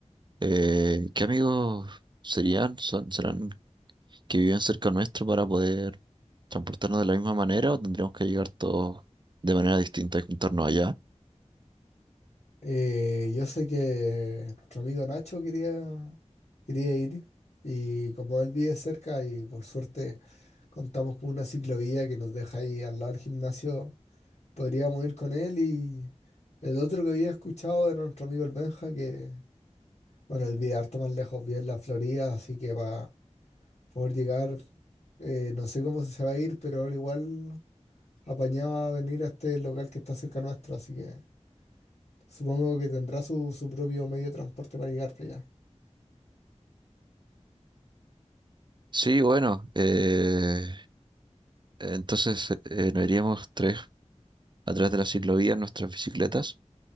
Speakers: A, on the right; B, on the left.
A: Eh, ¿qué amigos serían? ¿Son- ¿Serán que viven cerca nuestro para poder transportarnos de la misma manera o tendríamos que llegar todos de manera distinta y juntarnos allá?
B: Eh, yo sé que nuestro amigo Nacho quería, quería ir y como él vive cerca y por suerte contamos con una ciclovía que nos deja ahí al lado del gimnasio, podríamos ir con él y el otro que había escuchado era nuestro amigo el Benja que Bueno, el video harto más lejos, vive en la Florida, así que va poder llegar, eh, no sé cómo se va a ir, pero ahora igual apañaba venir a este local que está cerca nuestro, así que supongo que tendrá su, su propio medio de transporte para llegar para allá.
A: Sí, bueno, eh, entonces eh, nos iríamos tres a través de la ciclovía en nuestras bicicletas